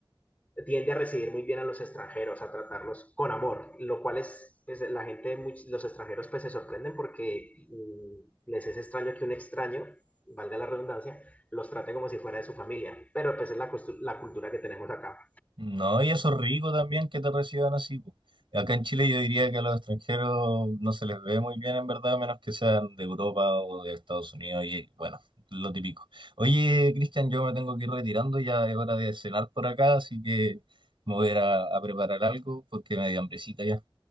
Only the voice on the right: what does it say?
No, y eso es rico también que te reciban así. po. Acá en Chile yo diría que a los extranjeros no se les ve muy bien, en verdad, a menos que sean de Europa o de Estados Unidos, y bueno, lo típico. Oye, Cristian, yo me tengo que ir retirando, ya es hora de cenar por acá, así que me voy a ir a, a preparar algo porque me dio hambrecita ya.